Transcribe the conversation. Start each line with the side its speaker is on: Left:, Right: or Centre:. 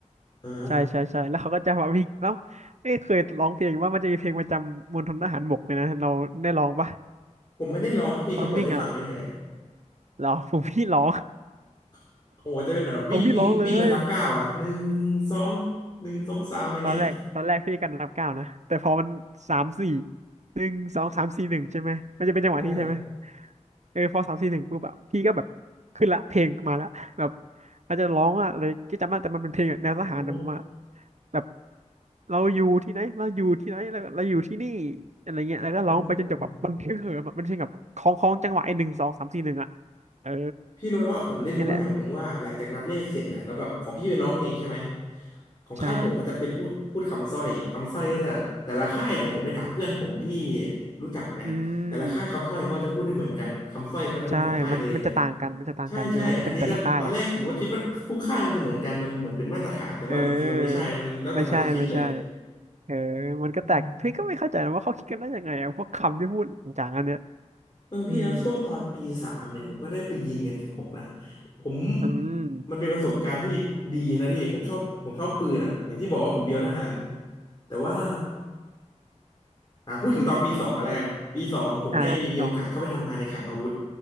Left: อ่า
Right: ใช่ใช่ใช่แล้วเขาก็จะมาวิ่งแล้วเอ้ยเคยร้องเพลงว่ามันจะมีเพลงประจำมณฑลทหารบกเลยนะเราได้ร้องปะ
Left: ผมไม่ได้ลองครับพี่เขาเปิดให้ฟังเฉย
Right: ตอนวิ่งอ่ะ ร้อ <laughs> งผมพี่ร้อง
Left: ๆโอ้โหจะเป็นแบบวิ่งวิ่งวิ่งแล้วนับก้าวอ่ะหนึ่งสอง
Right: เอาพี่ร้องเลย
Left: หนึ่งสองสามอย่างเงี้ย
Right: ตอนแรกตอนแรกพี่กันนับเก้าวนะแต่พอมันสามสี่หนึ่งสองสามสี่หนึ่งใช่ไหมมันจะเป็นจังหวะนี้ใช่ไหม
Left: ได้
Right: เออพอสามสี่หนึ่งปุ๊บอะพี่ก็แบบขึ้นละเพลงมาละแบบอาจจะร้องว่าอะไรที่จำได้แต่มันเป็นเพลงแบบแนวทหารแบบว่า
Left: โอ้
Right: แบบเราอยู่ที่ไหนเราอยู่ที่ไหนเราเราอยู่ที่นี่อะไรเงี้ยแล้วก็ร้องไปจนจบแบบมันเพลงเหิมอะมันเพลงแบบคล้องคล้องจังหวะไอ้หนึ่งสองสามสี่หนึ่งอะ
Left: โห
Right: เออ
Left: พี่รู้ไหมว่าผมได้รู้มาอย่างหนึ่งว่าหลังจากนับเลขเสร็จเนี่ยแล้วแบบของพี่ไปร้องเพลงใช่ไหม
Right: นี่แหละ
Left: ของค่ายผมเขาจะเป็นพูดพูดคำสร้อยคำสร้อยก็จะแต่ละค่ายเนี่ยผมไปถามเพื่อนผมที่
Right: ใช่
Left: รู้จักเนี่ยแต่ละค่ายคำสร้อยเขาจะพูดได้เหมือนกันคำสร้อยเขาจะเป็นของค่ายตัวเองเลย
Right: อืม ใช่มันมันจะต่างกัน มันจะต่างกันเออมันจะเป็นแต่ละค่าย
Left: ใช่ใช่อันนี้ก็ตอนแรกผมก็คิดว่าทุกค่ายมันจะเหมือนกันมันเหมือนเป็นมาตรฐานแต่ว่าจริงๆมันไม่ใช่มันแล้วแต่เขาจะคิดเลย
Right: เออ ไม่ใช่ ไม่ใช่ เออ มันก็แตกพี่ก็ไม่เข้าใจนะว่าเขาคิดกันได้ยังไงอะพวกคำที่พูดหลังจากอันเนี้ย
Left: อืม เออพี่แล้วช่วงตอนปีสามเนี่ยผมก็ได้ไปยิงเอ็มสิบ1
Right: อืม
Left: 6นะผม
Right: อืม
Left: มันเป็นประสบการณ์ที่ดีนะพี่ผมชอบผมชอบปืนอ่ะอย่างที่บอกว่าผมเบียวทหารแต่ว่าอ่าพูดถึงตอนปีสองกันแล้วกันปีสองผมได้มีโอกาสเข้าไปทำงานในคลังอาวุธ
Right: อ่าปีสอง